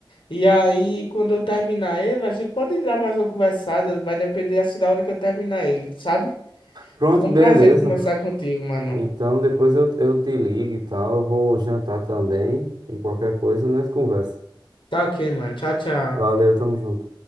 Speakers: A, on the left; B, on the right.
A: E aí, quando eu terminar ele, a gente pode dar mais uma conversada, vai depender assim da hora que eu terminar ele, sabe?
B: pronto,
A: Foi um
B: beleza.
A: prazer conversar contigo, mano.
B: Então depois eu, eu te ligo e tal. Eu vou jantar também. E qualquer coisa nós conversa.
A: Tá ok, mano. Tchau, tchau.
B: Valeu, tamo junto.